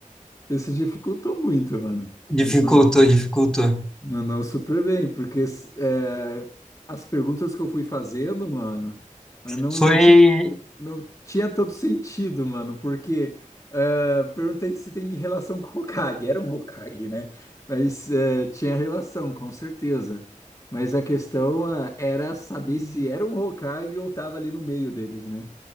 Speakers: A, on the left (about 25°); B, in the centre.
A: Isso dificultou muito, mano. Mas
B: Dificultou,
A: man-
B: dificultou.
A: mandou super bem, porque é, as perguntas que eu fui fazendo, mano, eu não,
B: Foi.
A: não, ti, não tinha todo sentido, mano, porque é, perguntei se tem relação com o Hokage. Era um Hokage, né? Mas é, tinha relação, com certeza. Mas a questão é, era saber se era um Hokage ou tava ali no meio deles, né?